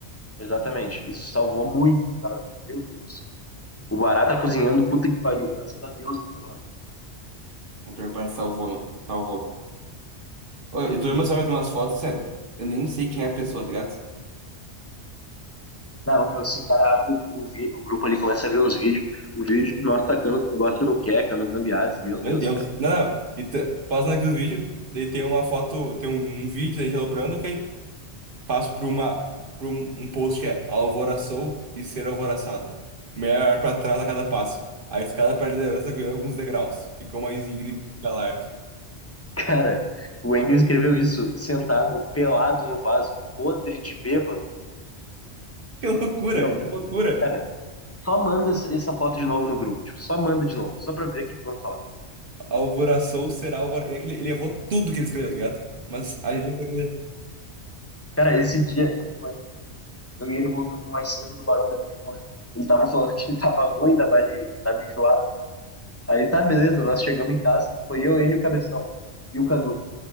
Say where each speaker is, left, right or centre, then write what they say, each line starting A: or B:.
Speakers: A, on the left; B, on the right.
A: Exatamente. Isso salvou muito o carnaval. Meu Deus. O Barata cozinhando, puta que pariu. Graças a Deus, ele tava
B: O pior que parece salvou, meu. Salvou. Ô, Eu tô vendo meu celular, tem umas fotos, sério. Eu nem sei quem é a pessoa, tá ligado?
A: Não, meu, se o cara abre o, vi- o grupo ali, começa a ver os vídeos. O vídeo de nós tacando o negócio no Queca, no Zambiase, meu
B: Meu
A: Deus,
B: Deus.
A: cara. <laughs>
B: Não, não. E tá- passando aqui os vídeos, daí tem uma foto, tem um, um vídeo da gente aloprando, ok? Passo para uma, para um, um post que é alvoraçou e ser alvoraçado. Melhor para trás a cada passo. A escada para a liderança ganhou alguns degraus. Ficou mais íngreme e escalar.
A: Cara, o Engel escreveu isso sentado, pelado no vaso, podre de bêbado.
B: Que loucura,
A: Meu,
B: isso é loucura.
A: cara, só manda essa essa foto de novo no grupo. Tipo, só manda de novo, só pra ver o que que vão falar.
B: Alvoraçou, será alvor... É que ele, ele errou tudo que ele escreveu, tá ligado? Mas a gente não consegue ler.
A: Cara, esse dia ele foi, eu e ele voltamos mais cedo do Barão, né? Porque ele, falou- ele tava falando que tava ruim da barriga, que tava enjoado. Aí tá, beleza, nós chegamos em casa, foi eu, ele e o Cabeção. E o Cadu.